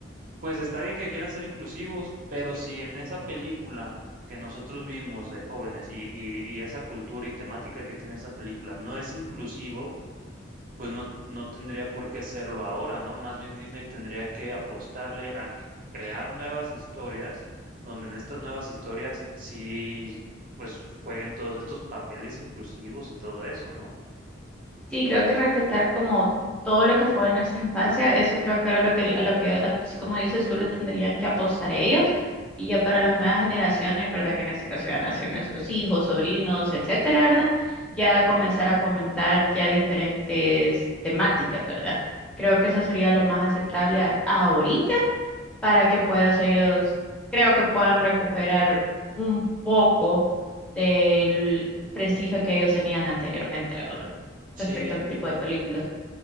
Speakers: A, on the right; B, in the centre.
A: pues está bien que quieran ser inclusivos, pero si en esa película que nosotros vimos de jóvenes y, y, y esa cultura y temática que tiene esa película no es inclusivo, pues no, no tendría por qué serlo ahora, ¿no? Más bien Disney tendría que apostarle a c- crear nuevas historias, donde en estas nuevas historias sí, pues jueguen todos estos papeles inclusivos y todo eso, ¿no?
B: Sí, creo que respetar como todo lo que fue de nuestra infancia, eso creo que era lo que, a lo que, a- así como dices tú, le tendrían que apostar ellos. Y ya para las nuevas generaciones, ¿verdad? Que en este caso van a ser nuestros hijos, sobrinos, etcétera, ¿verdad? Ya comenzar a fomentar ya diferentes temáticas, ¿verdad? Creo que eso sería lo más aceptable a- ahorita para que puedan, o sea, ellos creo que puedan recuperar un poco del prestigio que ellos tenían anteriormente, ¿verdad?
A: Sí,
B: Respecto al tipo de películas.